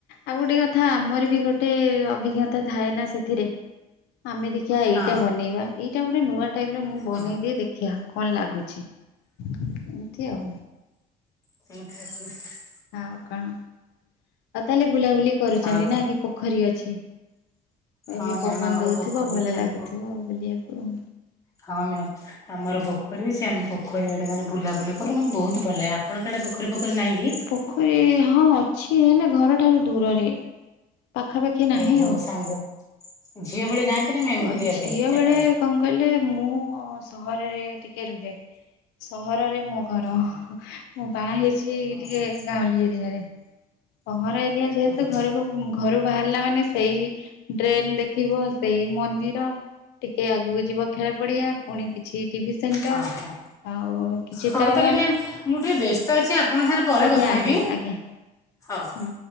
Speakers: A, on the left; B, on the left.
A: ଆଉ ଗୋଟେ କଥା ଆମର ବି ଗୋଟେ ଅଭିଜ୍ଞତା ଥାଏ ନା ସେଥିରେ। ଆମେ ଦେଖିବା ଏଇଟା
B: ହଁ
A: ବନେଇବା ଏଇଟା ଗୋଟେ ନୂଆ ଟାଇପ୍ ମୁଁ
B: ହୁଁ
A: ବନେଇଦିଏ ଦେଖିବା କଣ ଲାଗୁଛି ଏମିତି ଆଉ।
B: ସେଇଠା ସଠ <inaudible>
A: ଆଉ କଣ ଆଉ ତାହେଲେ ବୁଲାବୁଲି କରୁଛନ୍ତି
B: ଆଉ ତ
A: ନା କି? ପୋଖରୀ ଅଛି
B: ହଁ
A: ଏବେ
B: ମ୍ୟାମ୍
A: ପବନ
B: ଆମର
A: ଦଉଥିବ
B: ପୋଖରୀ
A: ଭଲ
B: ଅଛି ଆମେ
A: ଲାଗୁଥିବ ବୁଲିବାକୁ।
B: ହଁ ମ୍ୟାମ୍। ଆମର ପୋଖରୀ ଅଛି ଆମେ ପୋଖରୀ ଆଡ଼େ ମାନେ ବୁଲାବୁଲି କରୁ ମାନେ ବହୁତ ଭଲ ଲାଗେ ଆପଣଙ୍କ ଆଡ଼େ ପୋଖରୀ ଫଖରୀ ନାହିଁ କି?
A: ପୋଖରୀ ହଁ ଅଛି ହେଲେ ଘର ଠାରୁ ଦୂରରେ। ପାଖାପାଖି ନାହିଁ
B: ଓହୋ
A: ଆଉ
B: ସାଙ୍ଗ ଝିଅ ବେଳେ ଯାଆନ୍ତି ନା ମ୍ୟାମ୍ ବୁଲିବା
A: ଝିଅ
B: ପାଇଁ ଚାରିଟା
A: ବେଳେ। କଣ କହିଲେ ମୁଁ ସହରରେ ଟିକେ ରୁହେ ସହରରେ ମୁ କାରଣ
B: ଓହୋ।
A: ମୁଁ ବାହା ହେଇଛି ଏଇ
B: ଓହୋ
A: ଟିକେ ଗାଉଁଳି ଏରିଆରେ। ସହର ଏରିଆ ଯେହେତୁ
B: ଓହୋ
A: ଘରକୁ ଘରୁ ବାହାରିଲା ମାନେ ସେଇ ଡ୍ରେନ ଦେଖିବ ସେଇ ମନ୍ଦିର। ଟିକେ ଆଗକୁ ଯିବ ଖେଳ ପଡିଆ ପୁଣି କିଛି ଟିଭି ସେଣ୍ଟର।
B: ହଁ ହଁ।
A: ଆଉ କିଛି
B: ହଉ
A: ଟାୱାର
B: ତାହେଲେ ମ୍ୟାମ୍ ମୁଁ ଟିକେ ବ୍ୟସ୍ତ ଅଛି ଆପଣଙ୍କ ସାଙ୍ଗରେ ପରେ
A: ଆଜ୍ଞା
B: କଥାହେବି।
A: ଆଜ୍ଞା ଆଜ୍ଞା
B: ହଉ
A: ହଁ।